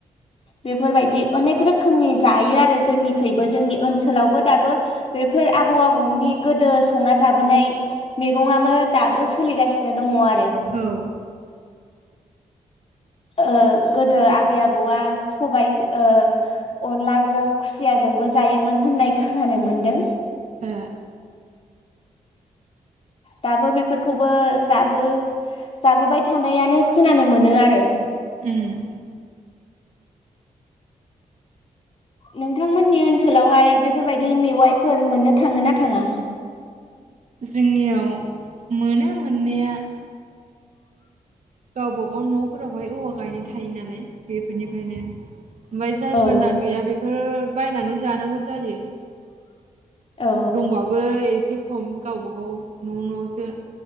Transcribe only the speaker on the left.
बेफोरबायदि अनेक रोखोमनि जायो आरो जोंनिखुइबो जोंनि ओनसोलावबो दाबो बेफोर आबौ आबौनि गोदो संना जाबोनाय मेगङाबो दाबो सोलिगासिनो दङ आ
ओ गोदो आबै आबौआ सबायाइ ओ अनलाजों खुसियाजोंबो जायोमोन होननाय खोनानो मोनदों
दाबो बेफोरखौबो जाबो जाबोबाय थानायानो खोनानो मोनो आरो
नोंथांमोननि ओनसोलावहाय बेफोरबायाददि मेवाइफोर मोननो थाङो ना थाङा
औ
औ